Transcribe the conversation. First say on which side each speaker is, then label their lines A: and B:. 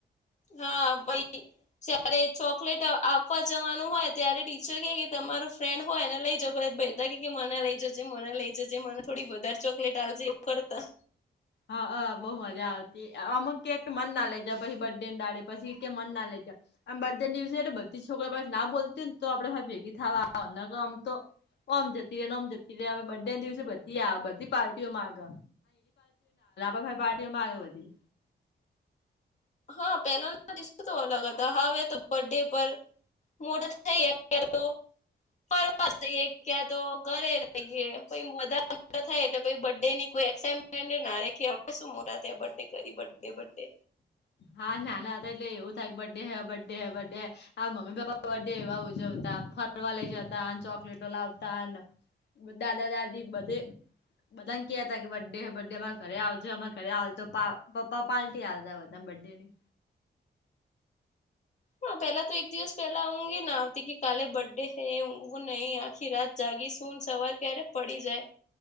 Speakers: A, on the left (about 40°); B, on the left (about 75°).
A: હા ભાઈ જય્યારે ચોકલેટ આપવા જવાનું હોય, ત્યારે ટીચર કે કે તમારું ફ્રેન્ડ હોય એને લઈ જવ ભ ભાઈ ત મને લઈ જજે મને લઈ જજે મને થોડી વધારે ચોકલેટ આાલજે એવુ કરતા
B: હ અહ બહુ મજા આવતી અમુક ક મન ના લેજ પછી બર્ડે ડાડે પછી કે મન ના લેજ આમ બધા ન્યુઝ એટલે બધી છોકરી પાસે ના બોલતી ને તો આપડે ભેગી થવા આવે નકર આમ તો ઓમ જતી રે ને ઓમ જતી રે હવે બડે દિવસે બધી આવે બધી પાર્ટીઓમાંગ <unintelligible> <unintelligible> પાર્ટીઓમાં વધધી
A: હા પેલા ના દિવસો તો અલગ હતા હવે તો બર્ડે પર <unintelligible> ફરવા જઈએ ક્યાં તો ઘરે રહીએ પછ બધાા થાય એટલે પ બડ ડે ની કો એક્સાટમેન્ટ નાખી શું મો ત બર્ે કરી બે બે
B: હા નાના હતા એટલે એવું થાઈ બર્ડે હ બર્ડે હ બર્ડે આ મમ્મી પપ્પા બર્થ ડે એવા ઉજવતા ફરવા લઇ જતા ચોકલેટો લાવતાને બધા દાદા-દાદી બધે બધા ને કે હતા કે બર્થડે બર્ડે અમારે ઘરે આવજે અમે ઘરે આવજે તો પપા પાર્ટી હલતાધા <unintelligible>
A: હા પહેલા તો એક દિવસ પહેલા ઉંગે ના આવતી કે કાલે બર્થડે હૈ ઉંગેવુ નહી આખી રાત જાગી સૂન સવાર ક્યારે પડી જાય.